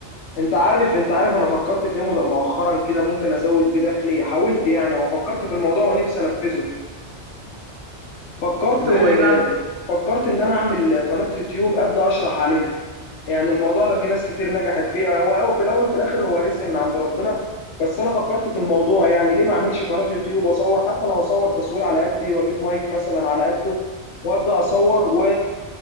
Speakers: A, on the left; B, on the right.
A: أنت عارف أنت عارف أنا فكرت في إيه مد- مؤخرا كده ممكن أزود بيه دخلي حاولت يعني أو فكرت في الموضوع ونفسي أنفذه فكرت
B: اللي
A: آه،
B: هو إيه بقى؟
A: فكرت إن أنا أعمل قناة يوتيوب أبدأ أشرح عليها يعني الموضوع ده في ناس كتير نجحت فيه هو هو في الاول وفي الاخر هو رزق من عند ربنا بس انا فكرت في الموضوع يعني ليه ما اعملش قناة يوتيوب واصور حتى لو اصور تصوير على قدي واجيب مايك مثلا على قده وابدا اصور و